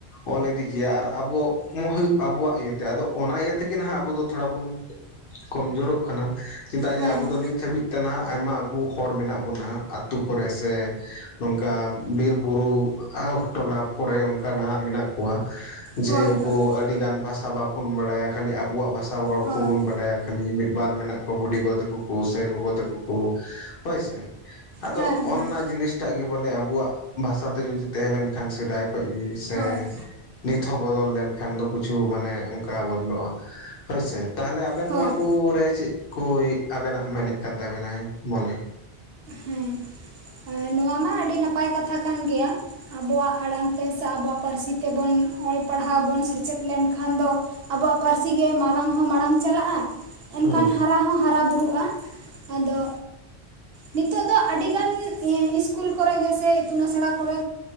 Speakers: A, on the left; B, on the right.
A: ᱚᱞ ᱤᱫᱤ ᱠᱮᱭᱟ ᱟᱨ ᱟᱵᱚᱣᱟᱜ ᱦᱩᱭᱩᱜ ᱟᱵᱚᱣᱟᱜ ᱤᱭᱟᱹᱛᱮ ᱟᱫᱚ ᱚᱱᱟ ᱤᱭᱟᱹ ᱛᱮᱜᱮ ᱱᱟᱟᱜ ᱟᱵᱚ ᱫᱚ ᱛᱷᱚᱲᱟ ᱵᱚᱱ ᱠᱚᱢᱡᱳᱨᱚᱜ ᱠᱟᱱᱟ ᱪᱮᱫᱟᱜ
B: ᱦᱮᱸ
A: ᱡᱮ ᱟᱵᱚ ᱫᱚ ᱱᱤᱛ ᱦᱟᱹᱵᱤᱡ ᱛᱮ ᱱᱟᱦᱟᱜ ᱟᱭᱢᱟ ᱟᱵᱚ ᱦᱚᱲ ᱢᱮᱱᱟᱜ ᱵᱚᱱᱟ ᱟᱛᱳ ᱠᱚᱨᱮ ᱥᱮ ᱱᱚᱝᱠᱟ ᱵᱤᱨᱵᱩᱨᱩ ᱚᱠᱴᱚ ᱞᱟᱵᱷ ᱠᱚᱨᱮ ᱚᱱᱠᱟ ᱱᱟᱦᱟᱜ ᱢᱮᱱᱟᱜ ᱠᱚᱣᱟ ᱡᱮ
B: ᱦᱳᱭ
A: ᱩᱱᱠᱩ
B: ᱦᱳᱭ
A: ᱟᱹᱰᱤ ᱜᱟᱱ ᱵᱷᱟᱥᱟ ᱵᱟᱠᱚ ᱵᱟᱲᱟᱭᱟ ᱠᱷᱟᱹᱞᱤ ᱟᱵᱚᱣᱟᱜ ᱵᱷᱟᱥᱟ ᱨᱚᱲ
B: ᱦᱳᱭ
A: ᱠᱚᱵᱚᱱ ᱵᱟᱰᱟᱭᱟ ᱠᱷᱟᱹᱞᱤ ᱢᱤᱫ ᱵᱟᱨ ᱢᱮᱱᱟᱜ ᱠᱚᱣᱟ ᱵᱩᱰᱤ ᱜᱚ ᱛᱟᱠᱚ ᱠᱚ ᱥᱮ ᱜᱚᱜᱚ ᱛᱟᱠᱚ ᱠᱚ ᱦᱳᱭ ᱥᱮ ᱟᱫᱚ
B: ᱦᱮᱸ ᱦᱮᱸ
A: ᱚᱱᱱᱟ ᱡᱤᱱᱤᱥᱴᱟᱜ ᱜᱮ ᱵᱚᱞᱮ ᱟᱵᱚᱣᱟᱜ ᱵᱷᱟᱥᱟ ᱛᱮ ᱡᱩᱫᱤ ᱛᱟᱦᱮᱸ ᱞᱮᱱ ᱠᱷᱟᱱ ᱥᱮᱫᱟᱭ ᱠᱷᱚᱱ ᱠᱷ ᱜᱮ ᱥᱮ
B: ᱦᱳᱭ
A: ᱱᱤᱛ ᱦᱚᱸ ᱵᱚᱫᱚᱞ ᱞᱮᱱᱠᱷᱟᱱ ᱫᱚ ᱠᱤᱪᱷᱩ ᱢᱟᱱᱮ ᱚᱱᱠᱟ ᱵᱚᱫᱚᱞᱚᱜᱼᱟ ᱦᱳᱭᱥᱮ ᱛᱟᱦᱞᱮ ᱟᱵᱮᱱ
B: ᱦᱳᱭ
A: ᱱᱚᱣᱟ ᱠᱚᱨᱮ ᱪᱮᱫ ᱠᱚ ᱟᱵᱮᱱᱟᱜ ᱢᱮᱱᱮᱫ ᱠᱟᱱ ᱛᱟᱵᱮᱱᱟᱭ ᱢᱚᱱᱮ
B: ᱦᱮᱸ ᱱᱚᱣᱟ ᱢᱟ ᱟᱹᱰᱤ ᱱᱟᱯᱟᱭ ᱠᱟᱛᱷᱟ ᱠᱟᱱ ᱜᱮᱭᱟ ᱟᱵᱚᱣᱟᱜ ᱟᱲᱟᱝ ᱛᱮ ᱥᱮ ᱟᱵᱚᱣᱟᱜ ᱯᱟᱹᱨᱥᱤ ᱛᱮᱵᱚᱱ ᱚᱞ ᱯᱟᱲᱦᱟᱣ ᱵᱚᱱ ᱥᱮᱪᱮᱫ ᱞᱮᱱᱠᱷᱟᱱ ᱫᱚ ᱟᱵᱚᱣᱟᱜ ᱯᱟᱹᱨᱥᱤᱜ ᱜᱮ ᱢᱟᱨᱟᱝ ᱦᱚᱸ ᱢᱟᱲᱟᱝ ᱪᱟᱞᱟᱜᱼᱟ ᱮᱱᱠᱷᱟᱱ
A: ᱦᱩᱸ
B: ᱦᱟᱨᱟ ᱦᱚᱸ ᱦᱟᱨᱟ ᱵᱩᱨᱩᱜᱼᱟ ᱟᱫᱚ ᱱᱤᱛᱚᱜ ᱫᱚ ᱟᱹᱰᱤᱜᱟᱱ ᱤᱥᱠᱩᱞ ᱠᱚᱨᱮ ᱜᱮ ᱥᱮᱮ ᱤᱛᱩᱱ ᱟᱥᱲᱟ ᱠᱚᱨᱮ